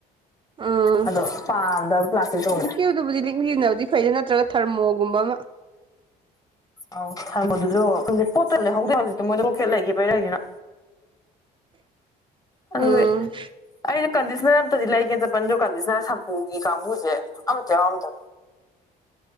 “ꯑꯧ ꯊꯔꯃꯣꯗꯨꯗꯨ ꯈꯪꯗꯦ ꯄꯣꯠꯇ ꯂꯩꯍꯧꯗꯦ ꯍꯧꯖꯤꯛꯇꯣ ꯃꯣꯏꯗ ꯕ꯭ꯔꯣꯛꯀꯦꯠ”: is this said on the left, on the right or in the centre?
Left